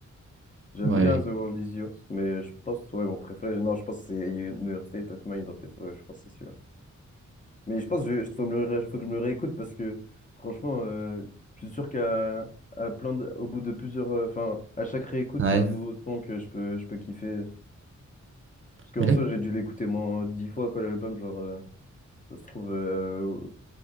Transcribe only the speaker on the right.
Ouais.
Ouais.
Mais là,
je